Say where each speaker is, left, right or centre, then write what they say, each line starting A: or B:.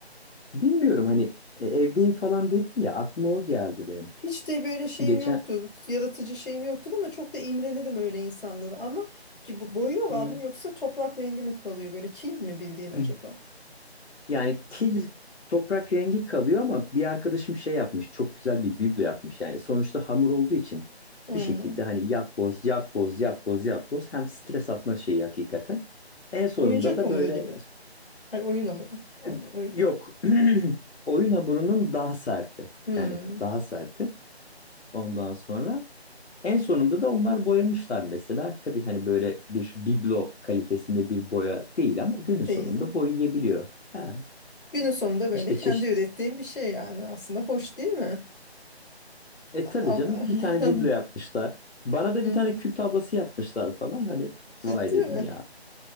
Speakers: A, on the left; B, on the left.
A: Bilmiyorum hani e, evdeyim falan dedim ya aklıma o geldi benim.
B: Hiç de böyle şeyim
A: Geçen
B: yoktu. Yaratıcı şeyim yoktu ama çok da imrenirim öyle insanlara. Ama ki bu boyuyorlar
A: Hı.
B: mı yoksa toprak rengi mi kalıyor böyle kil mi bildiğin acaba?
A: <clears throat> Yani kil toprak rengi kalıyor ama bir arkadaşım şey yapmış. Çok güzel bir biblo yapmış. Yani sonuçta hamur olduğu için
B: Hmm.
A: bir şekilde hani yap boz yap boz yap boz yap boz hem stres atma şeyi hakikaten. En sonunda
B: Oyuncak
A: da
B: hamuru
A: böyle
B: gibi. Ay oyun hamuru. Pardon
A: e,
B: oyun.
A: yok <clears throat> oyun hamurunun daha serti.
B: Hmm.
A: Yani daha serti. Ondan sonra en sonunda da onlar boyamışlar mesela. Tabii hani böyle bir biblo kalitesinde bir boya değil ama günün sonunda
B: Değil.
A: boyayabiliyor. Ha,
B: Günün sonunda böyle
A: işte
B: kendi
A: çeşit
B: ürettiğim bir şey yani aslında hoş değil mi?
A: E
B: A-
A: tabii
B: a-
A: canım bir tane biblo
B: <laughs>
A: yapmışlar. Bana da
B: Hı
A: bir tane
B: hı.
A: kül tablası yapmışlar falan. Hani
B: Ciddi
A: vay dedim
B: mi?
A: ya.